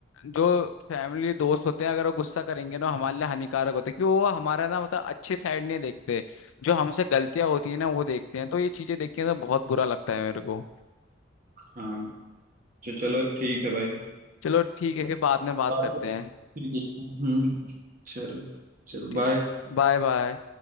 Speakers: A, on the left (about 85°); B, on the right (about 45°).
A: जो फैमिली दोस्त होते हैं अगर वो गुस्सा करेंगे ना हमारे लिए हानिकारक होते हैं क्योंकि वो हमारा ना मतलब अच्छे साइड नहीं देखते जो हमसे गलतियां होती है ना वो देखते हैं तो ये चीजें देख के ना बहुत बुरा लगता है मेरे को
B: हाँ तो चलो ठीक है भाई
A: चलो ठीक है फिर बाद में बात
B: और
A: करते हैं
B: ठीक है। हम्म चलो चलो
A: ठीक
B: बाय
A: है Bye bye